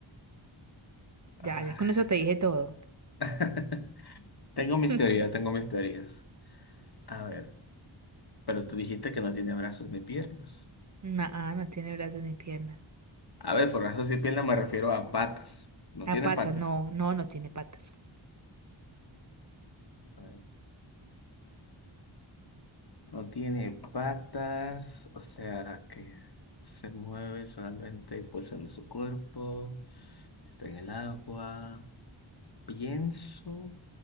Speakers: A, on the right; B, on the left.
A: Ya,
B: ah.
A: ya con eso te dije todo.
B: <laughs> Tengo mis
A: <laughs>
B: teorías, tengo mis teorías. A ver, pero tú dijiste que no tiene brazos ni piernas.
A: No, no tiene brazos ni piernas.
B: A ver, por brazos y piernas me refiero a patas. No
A: A
B: tiene
A: patas,
B: patas.
A: no, no, no tiene patas.
B: A ver. No tiene patas, o sea que se mueve solamente impulsando su cuerpo. Está en el agua. Pienso,